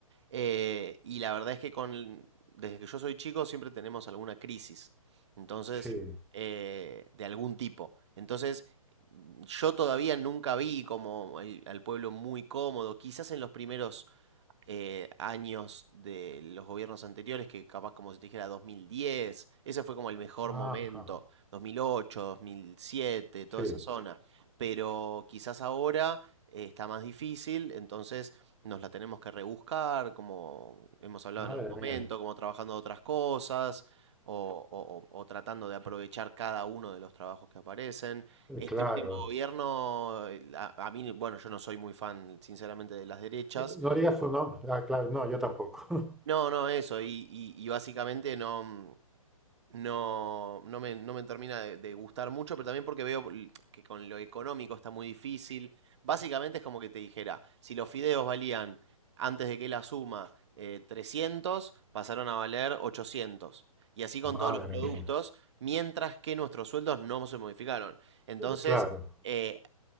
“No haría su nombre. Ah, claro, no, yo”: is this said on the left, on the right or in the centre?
Centre